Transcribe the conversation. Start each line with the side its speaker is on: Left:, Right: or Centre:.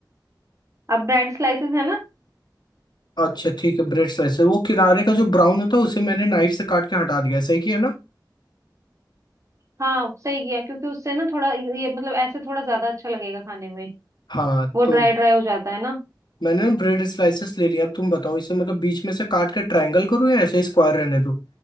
Right: अब ब्रेड स्लाइसेस है ना
Left: अच्छा ठीक है ब्रेड स्लाइसर वो किनारे का जो ब्राउन होता है उसे मैंने नाइफ से काट के हटा दिया है, सही किया ना
Right: हाँ सही किया क्योंकि उससे ना थोड़ा ये मतलब ऐसे थोड़ा ज्यादा अच्छा लगेगा खाने में
Left: हाँ
Right: वो
Left: तो
Right: ड्राई ड्राई हो जाता है ना
Left: मैंने ना ब्रेड स्लाइसेस ले लिया अब तुम बताओ इसे मतलब बीच में से काट के ट्रायंगल करूँ या ऐसे स्क्वायर रहने दूँ